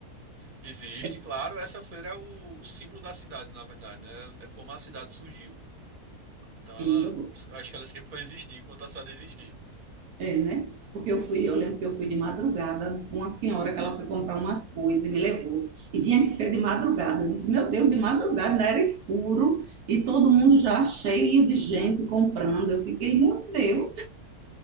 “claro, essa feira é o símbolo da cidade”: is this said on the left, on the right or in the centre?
Right